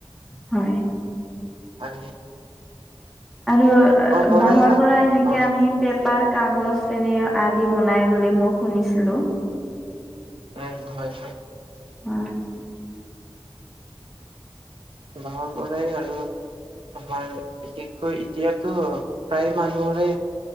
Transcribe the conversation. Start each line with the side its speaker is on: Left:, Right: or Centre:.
Centre: হয়।
Right: আলি।
Centre: আৰু
Right: পৰাই
Centre: বাঁহৰ পৰা এনেকে
Right: অ
Centre: আমি পেপাৰ, কাগজ, চেনে আদি বনাই বুলি মই শুনিছিলো।
Right: উম, হয় হয়।
Centre: উ।
Right: ঘৰৰ পৰাই আৰু আমাৰ বিশেষকৈ এতিয়াতো প্ৰায় মানুহৰে